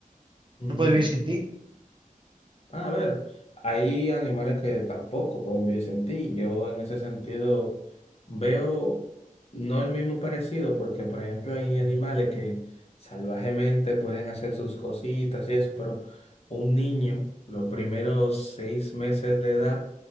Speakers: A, on the left; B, on the right.
A: Ujú.
B: No puede vivir sin ti.
A: Bueno, A ver, hay animales que tampoco pueden vivir sin ti. Yo en ese sentido veo no el mismo parecido, porque por ejemplo hay animales que salvajemente pueden hacer sus cositas y eso, pero un niño, los primeros seis meses de edad,